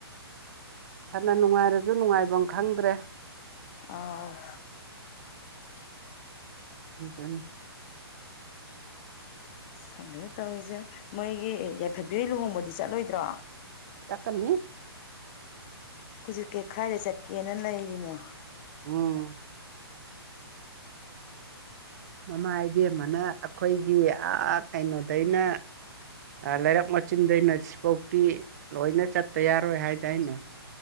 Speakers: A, on the right (about 40°); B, on the left (about 25°).
A: ꯐꯅ ꯅꯨꯡꯉꯥꯏꯔꯁꯨ ꯅꯨꯡꯉꯥꯏꯐꯝ ꯈꯪꯗ꯭ꯔꯦ
B: ꯑ
A: ꯎꯇꯣꯏꯅꯤ
B: ꯈꯪꯒꯦ ꯇꯧꯔꯤꯁꯦ ꯃꯣꯏꯒꯤ ꯌꯥꯏꯐꯕꯤ ꯂꯨꯍꯣꯡꯕꯗꯤ ꯆꯠꯂꯣꯏꯗ꯭ꯔꯣ
A: ꯆꯀꯔꯅꯤ
B: ꯍꯧꯖꯤꯛ ꯀꯩ ꯈꯥꯏꯔꯦ ꯆꯠꯀꯦꯅ ꯂꯩꯔꯤꯅꯦ
A: ꯎꯝ ꯃꯃꯥ ꯏꯕꯦꯝ ꯑꯃꯅ ꯑꯩꯈꯣꯏꯒꯤ ꯀꯩꯅꯣꯗꯩꯅ ꯂꯩꯔꯛ ꯃꯆꯤꯟꯗꯩꯅ ꯁꯤꯐꯥꯎꯇꯤ ꯂꯣꯏꯅ ꯆꯠꯇ ꯌꯥꯔꯣꯏ ꯍꯥꯏꯗꯥ ꯑꯅ